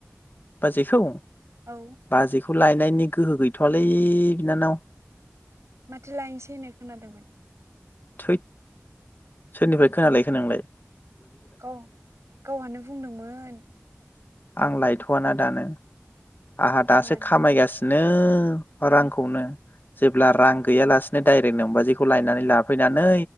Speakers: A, on the left; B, on the right.
A: बाजैखौ?
B: औ
A: बाजैखौ खौ लायनायनि गोहो गैथ'वालै बिनानाव
B: माथो लायनोसै होननाय खोनादोंमोन
A: थै सोरनिफ्राय खोनालाय खोनोंलाय?
B: गाव गावहानो बुंदोंमोन।
A: आं लायथ'वाना दानो। आंहा दासो
B: मानो
A: खामायगासिनो। बिनो रांखौनो जेब्ला रां गैया लासिनो दायरेक नोबाजिखौ लायनानै लाफैनानै